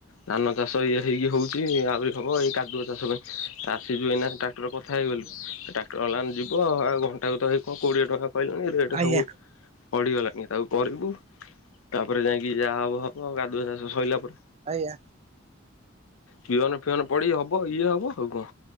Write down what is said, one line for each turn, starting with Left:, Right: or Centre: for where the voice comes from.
Left: ଧାନ ଚାଷ ଇଏ ହେଇକି ହଉଛି ଆହୁରି ହବ ଏଇ କାଦୁଆ ଚାଷ ପାଇଁ ଆସିଯୁ ଏଇନା ଟ୍ରାକ୍ଟର କ କଥା ହେଇଗଲୁ
Right: ଆଜ୍ଞା
Left: ଟ୍ରାକ୍ଟର ବାଲା ଯିବ ଆଉ ଘଣ୍ଟା କ ତଏଇ କଣ କୋଡିଏ ଟଙ୍କା କହିଲେଣିି ରେଟ
Right: ଆଜ୍ଞା
Left: ସବୁ
Right: ହଁ
Left: ପଡିଗଲାଣି ତାକୁ କରିବୁ ତାପରେ ଯାଇକି ଯାହା ହବ ହବ କାଦୁଆ ଚାଷ ସଆଇଲାପରେ।
Right: ଆଜ୍ଞା।
Left: ବିହନ ଫିଅନ ପଡି ହବ ଇଏ ହବ ଆଉ କଣ।